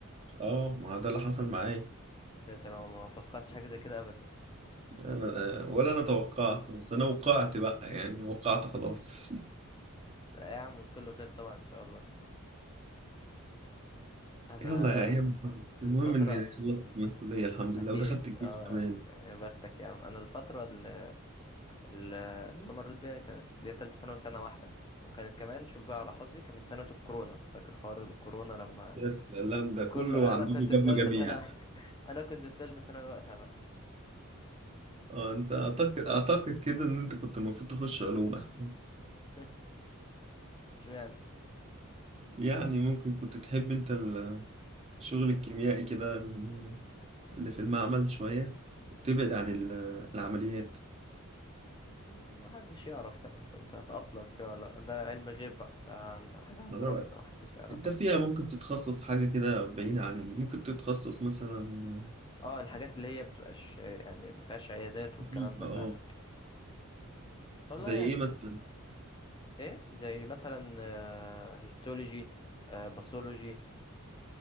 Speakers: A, on the right (about 30°); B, on the left (about 20°).
A: اه ما ده اللي حصل معايا
B: يا ساتر انا ما توقعتش حاجة زي كده ابدا
A: انا آه، ولا انا توقعت بس انا وقعت بقى يعني وقعت خلاص
B: لا يا عم كله خير طبعا ان شاء الله انا
A: <laughs> يلا يا ايام عدت. المهم
B: الفترة
A: اني خلصت من الكلية الحمد
B: أكيد
A: لله ودخلت الجيش
B: اه
A: كمان
B: يا بختك يا عم أنا الفترة اللي, اللي أنا مريت بيها كانت اللي هي تالتة ثانوي سنة واحدة وكانت كمان شوف بقى على حظي كانت سنة الكورونا فاكر حوار الكورونا لما
A: يا سلام ده كله
B: كله
A: عندكم
B: أنا كنت
A: جاب
B: في تالتة
A: مجاميع
B: سنة <laughs> أنا كنت في تالتة ثانوي وقتها بقى
A: اه انت اعتقد اعتقد كده ان انت كنت المفروض تخش علوم احسن
B: <laughs> اشمعنى
A: يعني ممكن كنت تحب انت ال- الشغل الكيميائي كده ال- اللي في المعمل شوية وتبعد عن ال- العمليات
B: مم، محدش يعرف كان كنت هتأقلم فيه ولا لأ. ده علم غيب بقى ده, ده حاجة عند
A: على
B: ربنا
A: رأيك
B: محدش يعرفها
A: انت فيها ممكن تتخصص حاجة كده بعيدة عن ال... ممكن تتخصص مثلا
B: اه الحاجات اللي هي بتبقاش يعني مفيهاش عيادات والكلام
A: نظيفة
B: ده
A: اه
B: فاهمك والله
A: زي
B: يعني
A: ايه مثلا
B: ايه زي مثلا هيستولوجي باثولوجي